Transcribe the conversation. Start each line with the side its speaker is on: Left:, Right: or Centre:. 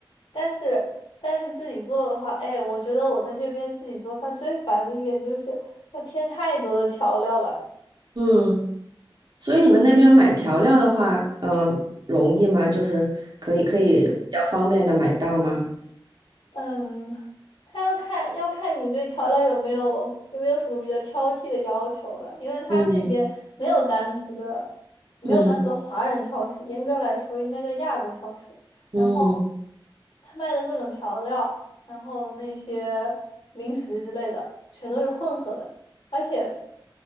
Left: 但是但是自己做的话，哎，我觉得我在这边自己做饭最烦的一点就是要添太多的调料了。
Right: 嗯，所以你们那边买调料的话，嗯，容易吗？就是可以可以比较方便的买到吗？
Left: 嗯，他要看要看你对调料有没有有没有什么比较挑剔的要求了，因为他那边没有单独的没有单独的华人超市，
Right: 嗯嗯
Left: 严格来说应该叫亚洲超市。
Right: 嗯，
Left: 然后。他卖的各种调料，然后那些零食之类的，全都是混合的。而且